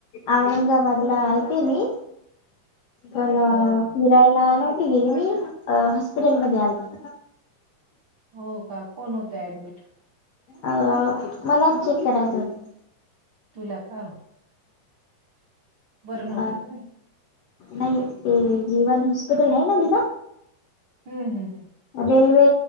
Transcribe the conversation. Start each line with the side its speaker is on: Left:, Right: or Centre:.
Left: औरंगाबादला आलते मी. पण
Right: इथं
Left: अं पाहयला नव्हती गेली मी, अं हॉस्पिटलमध्ये आलती.
Right: हो का. कोण होतं ऍडमिट?
Left: अं मलाच चेक करायचं होत.
Right: तुला का. बरं नव्हतं
Left: हा
Right: का काय?
Left: नाही ते, जीवन हॉस्पिटल आहे ना तिथं.
Right: हम् हम्.
Left: रेल्वे